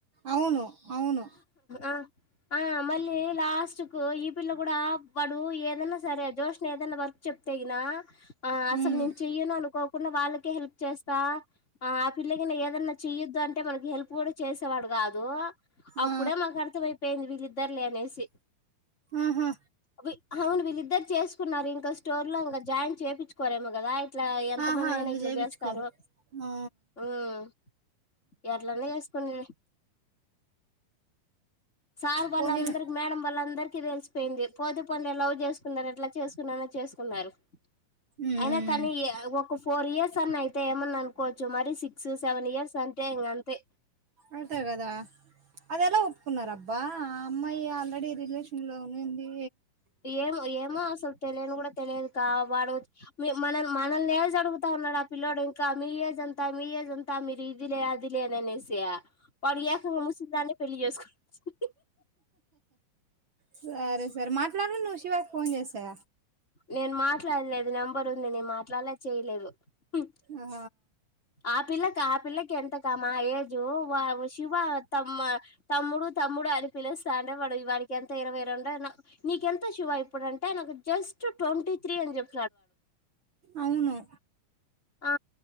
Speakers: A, on the right; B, on the left.
A: అవును అవును
B: ఆ ఆ మళ్ళీ లాస్ట్ కు ఈ పిల్ల గూడ వాడు ఏదన్న సరె జోస్నా ఏదన్న వర్క్ చెప్తెగినా ఆ అసల్
A: ఉమ్
B: నేను చేయ్యను అనుకొ ఉన్న వాళ్ళకె హెల్ప్ చేస్తా ఆ అపిల్ల గన ఏదన్న చెయ్యొద్దు అంటె మనకి హెల్ప్ కూడ చేసెవాడు గాద్ కాదూ అప్పుడె
A: ఆ
B: మాకు అర్థం అయిపోయింది వీళ్ళిద్దరులె అనేసి
A: ఆహా
B: వి హౌను వీళ్ళిద్దర్ చేస్ కున్నారు. యింక స్టోర్ లొ ఇంగ జాయిన్ చేపిచ్చుకోరెమొకదా? ఇట్లా ఎంత
A: ఆహా
B: మంది అయిన
A: ఇంక
B: ఇట్ల
A: చేపిచ్చుకోరు
B: జేస్తారు.
A: ఆ
B: హూమ్ ఎట్లన్న జేస్ కోనీలె, సార్ వాళ్ళ
A: పోనీలే
B: అందర్ కి, మేడం వాళ్ళ అందరికి దెల్ స్ పొయింది. పోతె పోన్ లె లవ్ జేస్ కున్నార్ అట్ల చేసుకున్నామ చేస్ కున్నారు.
A: ఉమ్
B: అయిన కానీ య ఒక ఫోర్ ఇయర్స్ అన్న అయితే, ఏమన్న అనుకోవచ్చు ‌మరి సిక్స్ సెవెన్ ఇయర్స్ అన్ అంటె ఇంగ అంతె,
A: అంతే గదా, అదె ఎలా ఒప్పుకున్నార్ అబ్ బా ఆ అమ్మాయి, ఆల్రెడి రిలేషిన్ లొ ఉనిందీ.
B: యేమొ యేమో, అసల్ తెలేన్ గూడ తెలియదు కా, వాడు మేమ్ మనల్ న్ మనల్ నేజ్ అడుగుత ఉన్నాడు. ఆ పిల్లోడు, యింక మీ ఏజ్ ఎంత మీ ఏజ్ ఎంత? మీరు ఇదిలే అదిలే అని. అనేశ్యా, వాడు యేకంగ ముసిల్ దాన్నె పెళ్లి జేస్ కోనివచ్చి
A: సరె సరె మాట్లాడ్లా నువ్ శివాక్ ఫోన్ జేసె,
B: నేన్ మాట్లాడలేదు నెంబర్ ఉంది. నేను మాట్లాడలేద్ చెయ్ లేదు. ఉమ్
A: ఆ
B: ఆ పిల్లక ఆ పిల్లకి, ఎంతక మా ఏజు వావ్ శివ తమ్మ్ తమ్ముడు తమ్ముడు అని పిలిస్త అండె వాడు, వాడికి ఎంత ఇరవై రెండు, న నీకెంత శివ యిప్ ఇప్పుడు అంటె, నాకు జస్ట్ ట్వంటి త్రీ అని జెప్,
A: ఔను,
B: ఆ